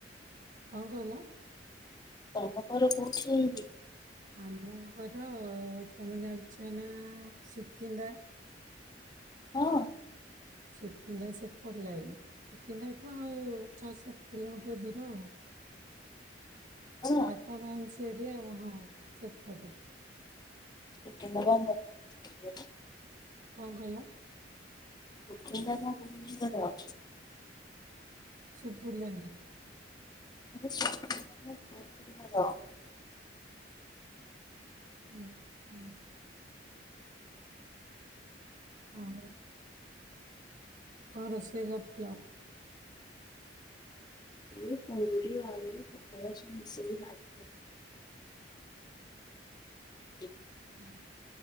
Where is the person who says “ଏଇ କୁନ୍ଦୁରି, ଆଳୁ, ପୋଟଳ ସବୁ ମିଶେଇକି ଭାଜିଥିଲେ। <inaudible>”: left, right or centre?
Left